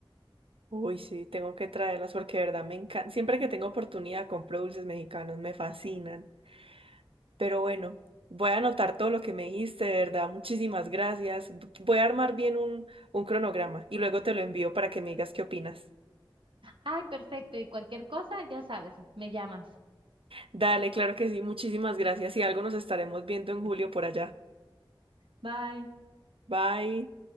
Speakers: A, on the right; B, on the right.
A: Uy, sí, tengo que traerlas porque de verdad me encanta. Siempre que tengo oportunidad compro dulces mexicanos, me fascinan. Pero bueno, voy a anotar todo lo que me dijiste, de verdad, muchísimas gracias. Voy a armar bien un, un cronograma y luego te lo envío para que me digas qué opinas.
B: Ay, perfecto. Y cualquier cosa, ya sabes, me llamas.
A: Dale, claro que sí, muchísimas gracias y algo nos estaremos viendo en julio por allá.
B: Bye.
A: Bye.